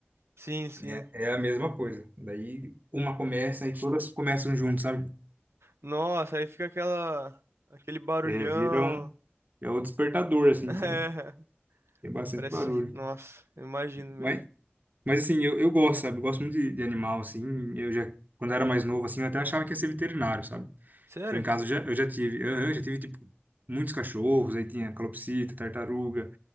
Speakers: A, on the right (about 80°); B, on the right (about 45°).
A: Sim, sim.
B: É, é a mesma coisa. Daí uma começa e todas começam junto, sabe?
A: Nossa, aí fica aquela. Aquele barulhão.
B: É, vira um,
A: <laughs>
B: é o despertador, assim,
A: É,
B: sabe? Tem bastante
A: parece.
B: barulho.
A: Nossa, eu imagino mesmo.
B: Mas, mas assim, eu, eu gosto, sabe? Eu gosto muito de, de animal, assim. Eu já, quando eu era mais novo, assim, eu até achava que ia ser veterinário, sabe?
A: Sério?
B: Então, em casa, eu já, eu já tive, eu, eu já tive, tipo, muitos cachorros. Aí tinha calopsita, tartaruga,